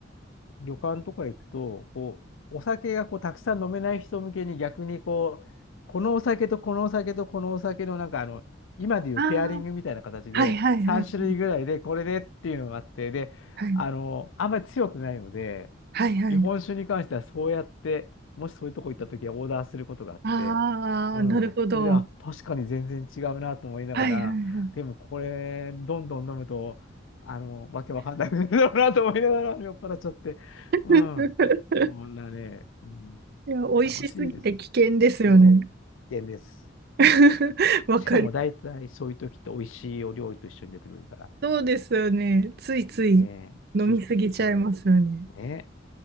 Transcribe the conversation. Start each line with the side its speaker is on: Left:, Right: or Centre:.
Left: 旅館とか行くと、こう、お酒がこうたくさん飲めない人向けに逆にこう、このお酒とこのお酒とこのお酒のなんかあの、今でいうペアリングみたいな形で3種類ぐらいでこれでっていうのがあって、
Right: ああ、はいはいはいはい。
Left: で、
Right: はい
Left: あの、あんまり強くないので、
Right: はいはい。
Left: 日本酒に関してはそうやって、もしそういうとこ行った時はオーダーすることがあって、
Right: ああ、
Left: うん。
Right: なるほど。
Left: それで、あ、確かに全然違うなと思いながら、
Right: はいはいはい。
Left: でもこれ、どんどん飲むと、あの、わけわかんなくなるだろうなと思いながら酔っ払っちゃって。うん。
Right: <laughs>
Left: そんなね、うん、
Right: いや、美味しすぎて危険ですよね。
Left: 楽しいです。そう。危険です。
Right: <laughs> わかる。
Left: しかも大体そういう時って美味しいお料理と一緒に出てくるから。
Right: そうですよね。ついつい飲みすぎちゃいますよね。
Left: ねえ、ついつい行っちゃう。ねえ、